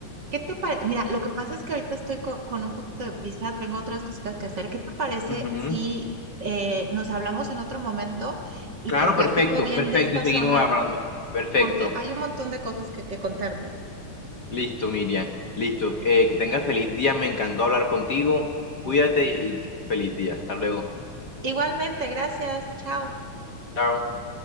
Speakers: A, on the right; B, on the left.
A: ¿Qué te parece? Mira, lo que pasa es que ahorita estoy co- con un poquito de prisa, tengo otras cositas que hacer. ¿Qué te parece
B: Ujú.
A: si eh, nos hablamos en otro momento y
B: Claro,
A: te platico
B: perfecto,
A: bien
B: perfecto.
A: de esta
B: Y seguimos
A: zona?
B: hablando. Perfecto.
A: Porque hay un montón de cosas que, que contarte.
B: Listo, Miriam. Listo. Eh, que tengas feliz día. Me encantó hablar contigo. Cuídate y feliz día. Hasta luego.
A: Igualmente, gracias, chao.
B: Chao.